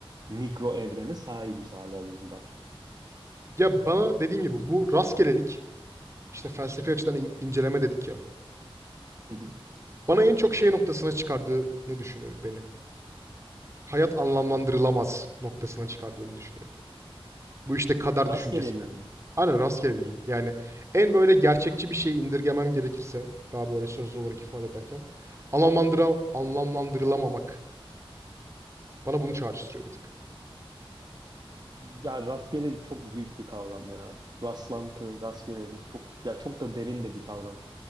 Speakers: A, on the right (about 45°); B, on the right (about 30°).
A: mikro evrene sahibiz halihazırda.
B: Ya bana dediğin gibi bu rastgelelik işte felsefi açıdan in- inceleme dedik ya.
A: Hı hı.
B: Bana en çok şey noktasına çıkardığını düşünüyorum beni. Hayat anlamlandırılamaz noktasına çıkardığını düşünüyorum. Bu işte kader
A: Rastgeleliğin
B: düşüncesi.
A: mi?
B: Aynen rastgeleliğin. Yani en böyle gerçekçi bir şeye indirgemem gerekirse daha böyle sözlü olarak ifade ederken anlamlandıra, anlamlandırılamamak bana bunu çağrıştırıyor bir tık.
A: Ya rastgelelik çok büyük bir kavram ya. Rastlantı, rastgelelik çok ya çok da derin de bir kavram.